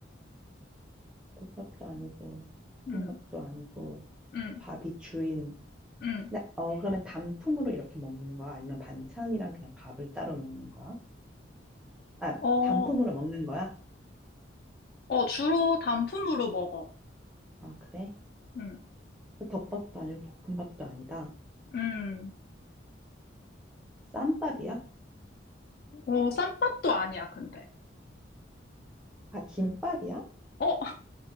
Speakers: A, in the centre; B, on the left.
A: 국밥도 아니고,
B: 음,
A: 볶음밥도 아니고,
B: 음,
A: 밥이 주인.
B: 음.
A: 근데, 어, 그러면 단품으로 이렇게 먹는 거야? 아니면 반찬이랑 그냥 밥을 따로 먹는 거야? 아,
B: 어,
A: 단품으로 먹는 거야?
B: 어, 주로 단품으로 먹어.
A: 아, 그래?
B: 음,
A: 덮밥도 아니고 볶음밥도 아니다.
B: 음.
A: 쌈밥이야?
B: 어, 쌈밥도 아니야, 근데.
A: 아, 김밥이야?
B: 어, <laughs>